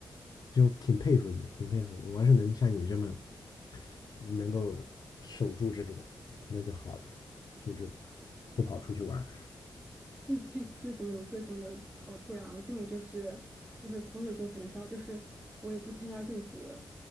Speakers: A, on the left; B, on the right.
A: 就挺佩服你，挺佩服你。我要是能像你这么能够守住这种，那就好了，就是不跑出去玩儿
B: 就就各种有各种的好处呀。我这种就是就会朋友就很少，就是我也不参加任何